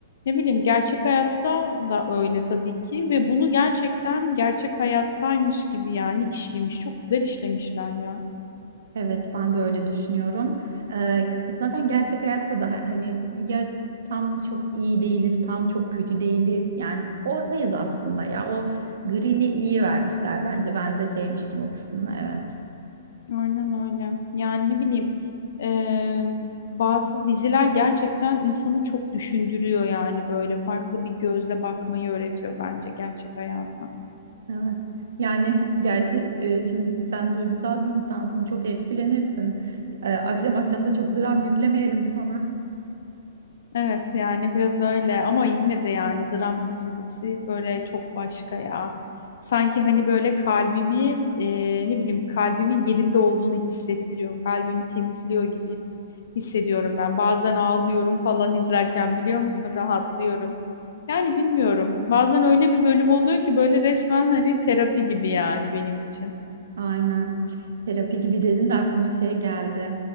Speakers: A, on the left (about 65°); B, on the right (about 70°).
A: Ne bileyim gerçek hayatta da öyle tabii ki ve bunu gerçekten gerçek hayattaymış gibi yani işlemiş. Çok güzel işlemişler ya.
B: Evet, ben de öyle düşünüyorum. Ee, zaten gerçek hayatta da ha- hani ya tam çok iyi değiliz, tam çok kötü değiliz. Yani ortayız aslında ya. O grili iyi vermişler bence. Ben de sevmiştim o kısmını. Evet.
A: Aynen öyle. Yani ne bileyim eee, bazı diziler gerçekten insanı çok düşündürüyor yani böyle farklı bir gözle bakmayı öğretiyor bence gerçek hayata.
B: Evet. Yani <laughs> gerçi e, şimdi sen duygusal bir insansın. Çok etkilenirsin. E, akşam akşam da çok dram yüklemeyelim sana.
A: Evet yani biraz öyle ama yine de yani dram dizisi böyle çok başka ya. Sanki hani böyle kalbimi e, ne bileyim kalbimin yerinde olduğunu hissettiriyor. Kalbimi temizliyor gibi hissediyorum ben. Bazen ağlıyorum falan izlerken biliyor musun rahatlıyorum. Yani bilmiyorum. Bazen öyle bir bölüm oluyor ki böyle resmen hani terapi gibi yani benim için.
B: Aynen. Terapi gibi dedin de aklıma şey geldi.